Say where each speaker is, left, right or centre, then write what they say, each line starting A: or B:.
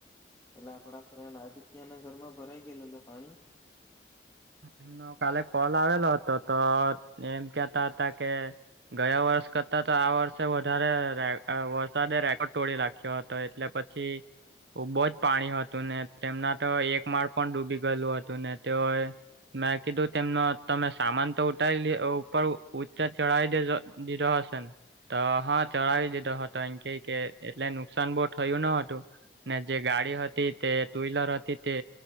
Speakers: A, on the left; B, on the right.
A: એટલે આપડા ફ્રેન્ડ આદિત્ય ના ઘરમાં ભરાઈ ગયેલું ને પાણી
B: એનો કાલે કોલ આવેલો હતો તો એમ કેતા હતા કે ગયા વર્ષ કરતા તો આ વર્ષે વધારે વરસાદે રેકોર્ડ તોડી નાખ્યો હતો એટલે પછી પછી ખુબ જ પાણી હતું ને તેમના તો એક માળ પણ ડૂબી ગયેલું હતું ને તેઓએ મેં કીધું તેમનો તમે સામાન તો ઉઠાવી ઉપર ઉચે ચઢાવી દે દીધો હશે ને તો હા ચડાવી દીધો હતો એ કયે કે એટલે નુકસાન બહુ થયું ન હતું. ને જે ગાડી હતી તે ટુ વ્હીલર હતી તે